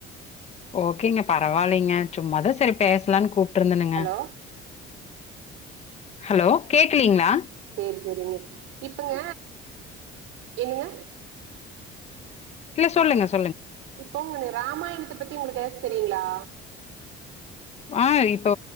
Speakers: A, on the left; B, on the right.
A: ஓகேங்க பரவாயில்லைங்க சும்மாதான் சரி பேசலானு கூப்பி கூப்டிருந்தனுங்க
B: ஹலோ
A: ஹலோ கேக்குலீங்களா
B: சரி சரிங்க இப்பங்க என்னங்க
A: இல்ல சொல்லுங்க ஸ்
B: இப்ப ஒன்னு ராமாயணத்த பத்தி உங்களுக்கு எதாச்சு தெரி ரிங்க்ளா
A: ஆஹ் இப்ப